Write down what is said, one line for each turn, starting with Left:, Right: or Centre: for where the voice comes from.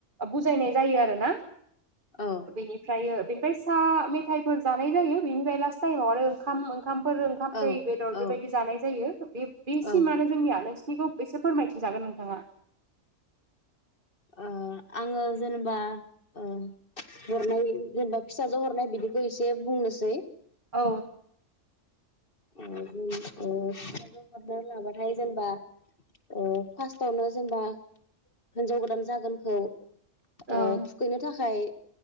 Right: बुजायनाय जायो आरो ना।
Left: औ।
Right: बेनिफ्रायो बेनिफाय सा मेथाइफोर जानाय जायो बेनिफ्रायो लास थायेमाव आरो ओंखाम ओंखामफोर ओंखाम
Left: औ
Right: दै बेदर
Left: औ
Right: बेबायदि जानाय जायो। बे बेसिमानो
Left: औ
Right: जोंनिया नोंसिनिखौ एसे फोरमायथिनजागोन नोंथाङा।
Left: ओ आङो जेनेबा ओ हरनाय जेनेबा फिसाजो हर नाय बिदिखौ एसे बुंनोसै।
Right: औ।
Left: ओ जों ओ फिसाजो हरना लाबाथाय जेनबा ओ फार्स्टआवनो जेनेबा हिन्जाव गोदान जागोनखौ ओ
Right: औ
Left: थुखैनो थाखाय